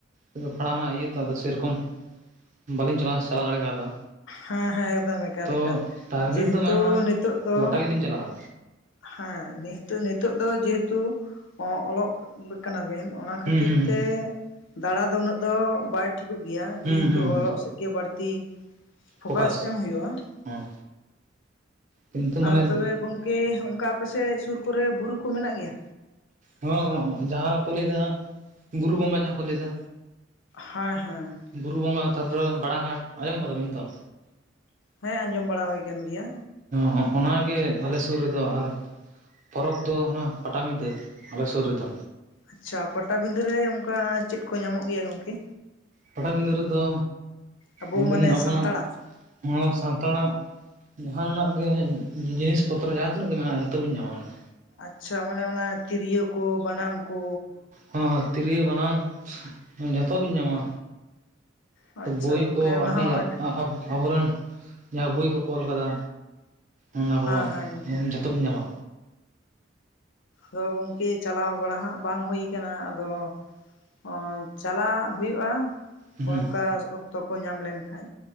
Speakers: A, on the right; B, on the left.
A: <unintelligible> ᱯᱷᱟᱲᱟᱣ ᱨᱮᱱᱟᱜ ᱤᱭᱟᱹ ᱛᱚ ᱟᱫᱚ ᱥᱮᱨᱚᱠᱚᱢ ᱵᱟᱟᱹᱞᱤᱧ ᱪᱟᱞᱟᱣ ᱪᱟᱞᱟᱣ ᱫᱟᱲᱮ ᱠᱟᱣᱫᱟ
B: ᱦᱮᱸ ᱦᱮᱸ ᱮᱠᱫᱚᱢ ᱮᱠᱟᱞ
A: ᱛᱚ
B: ᱮᱠᱟᱞ
A: ᱴᱟᱨᱜᱮᱴ
B: ᱡᱮᱦᱮᱛᱩ
A: ᱫᱚ ᱢᱮᱱᱟᱜᱼᱟ
B: ᱱᱤᱛᱚᱜ ᱫᱚ
A: ᱜᱚᱴᱟ ᱜᱮᱞᱤᱧ ᱪᱟᱞᱟᱜᱼᱟ
B: ᱦᱮᱸ ᱱᱦᱤᱛᱚᱜ ᱱᱤᱛᱚᱜ ᱫᱚ ᱡᱮᱦᱮᱛᱩ ᱚᱞᱚᱜ ᱠᱟᱱᱟᱵᱤᱱ ᱚᱱᱟ ᱠᱷᱟᱹᱛᱤᱨ
A: ᱦᱩᱸ ᱦᱩᱸ ᱦᱩᱸ
B: ᱛᱮ ᱫᱟᱬᱟ ᱫᱚ ᱩᱱᱟᱹᱜ ᱫᱚ ᱵᱟᱭ ᱴᱷᱤᱠᱚᱜ ᱜᱮᱭᱟ
A: ᱦᱩᱸ
B: ᱡᱮᱦᱮᱛᱩ
A: ᱦᱩᱸ ᱦᱩᱸ
B: ᱚᱞᱚᱜ ᱥᱮᱫ ᱜᱮ ᱵᱟᱹᱲᱛᱤ ᱯᱷᱚᱠᱟᱥ
A: ᱯᱷᱳᱠᱟᱥ
B: ᱮᱢ ᱦᱩᱭᱩᱜᱼᱟ
A: ᱦᱮᱸ ᱠᱤᱱᱛᱩ ᱢᱟᱱᱮ
B: ᱟᱨ ᱛᱚᱵᱮ ᱜᱚᱝᱠᱮ ᱠᱮ ᱚᱱᱠᱟ ᱟᱯᱮᱥᱮᱫ ᱥᱩᱨ ᱠᱚᱨᱮ ᱵᱩᱨᱩ ᱠᱚ ᱢᱮᱱᱟᱜ ᱜᱮᱭᱟ
A: ᱦᱮ ᱡᱟᱦᱟᱸ ᱠᱚ ᱞᱟᱹᱭᱮᱫᱟ ᱵᱩᱨᱩ ᱵᱚᱸᱜᱟ ᱡᱟᱦᱟᱸ ᱠᱚ ᱞᱟᱹᱭ ᱮᱫᱟ
B: ᱦᱮᱸ ᱦᱮᱸ
A: ᱵᱩᱨᱩ ᱵᱚᱸᱜᱟ ᱛᱟᱯᱚᱨᱮ ᱵᱟᱲᱟ ᱜᱷᱟᱴ ᱟᱸᱡᱚᱢ ᱠᱟᱫᱟ ᱵᱤᱱ ᱛᱚ
B: ᱦᱮᱸ ᱟᱸᱡᱚᱢ ᱵᱟᱲᱟ ᱦᱩᱭ ᱠᱟᱱ ᱜᱮᱭᱟ
A: ᱦᱚᱸ ᱚᱱᱟᱜᱮ ᱟᱞᱮ ᱥᱩᱨ ᱨᱮᱫᱚ ᱟᱨ ᱯᱚᱨᱚᱵᱽ ᱫᱚ ᱚᱱᱟ ᱯᱟᱴᱟᱵᱤᱫᱟᱹ ᱟᱞᱮ ᱥᱩᱨ ᱨᱮᱫᱚ
B: ᱟᱪᱪᱷᱟ ᱯᱟᱴᱟᱵᱤᱸᱫᱟᱹᱮ ᱚᱱᱠᱟ ᱪᱮᱫ ᱠᱚ ᱧᱟᱢᱚᱜ ᱜᱮᱭᱟ ᱜᱚᱝᱠᱮ
A: ᱯᱟᱴᱟᱵᱤᱫᱟᱹ ᱨᱮᱫᱚ
B: ᱟᱵᱚ
A: ᱟᱹᱵᱤᱱ
B: ᱢᱟᱱᱮ
A: ᱟᱵᱚᱣᱟᱜ
B: ᱥᱟᱱᱛᱟᱲᱟᱜ
A: ᱦᱚᱲ ᱥᱟᱱᱛᱟᱲᱟᱜ ᱡᱟᱦᱟᱸᱟᱱᱟᱜ ᱜᱮ ᱡᱤᱱᱤᱥ ᱯᱚᱛᱨᱚ ᱡᱟᱦᱟᱸ ᱛᱤᱱᱟᱹᱜ ᱜᱮ ᱢᱮᱱᱟᱜᱼᱟ ᱡᱷᱚᱛᱚᱵᱤᱱ ᱧᱟᱢᱟ ᱚᱱᱟ
B: ᱟᱪᱪᱷᱟ ᱢᱟᱱᱮ ᱚᱱᱟ ᱛᱤᱨᱭᱳ ᱠᱚ ᱵᱟᱱᱟᱢ ᱠᱚ
A: ᱦ ᱛᱤᱨᱭᱳ ᱵᱟᱱᱟᱢ ᱡᱚᱛᱚ ᱵᱤᱱ ᱧᱟᱢᱟ
B: ᱟᱪᱪᱷᱟ
A: ᱵᱳᱭ
B: ᱜᱚᱝᱠᱮ
A: ᱠᱚ
B: ᱚᱱᱟ
A: ᱟᱹᱰᱤ
B: ᱦᱚᱸ ᱟᱹᱰ
A: ᱟᱵᱚ ᱨᱮᱱ ᱡᱟᱦᱟᱸ ᱵᱳᱭ ᱠᱚ ᱚᱞ ᱟᱠᱟᱫᱟ ᱚᱱᱟ ᱠᱚ
B: ᱦᱮᱸ ᱦᱮᱸ ᱜᱚᱝᱠᱮ
A: ᱡᱚᱛᱚ ᱵᱤᱱ ᱧᱟᱢᱟ
B: ᱟᱫᱚ ᱜᱚᱝᱠᱮ ᱪᱟᱞᱟᱣ ᱵᱟᱲᱟ ᱦᱜ ᱵᱟᱝ ᱦᱩᱭ ᱠᱟᱱᱟ ᱟᱫᱚ ᱚ ᱪᱟᱞᱟᱜ ᱦᱩᱭᱩᱜᱼᱟᱜ
A: ᱦᱩᱸ
B: ᱚᱱᱠᱟ ᱚᱠᱛᱚ ᱠᱚ ᱧᱟᱢ ᱞᱮᱱᱠᱷᱟᱡ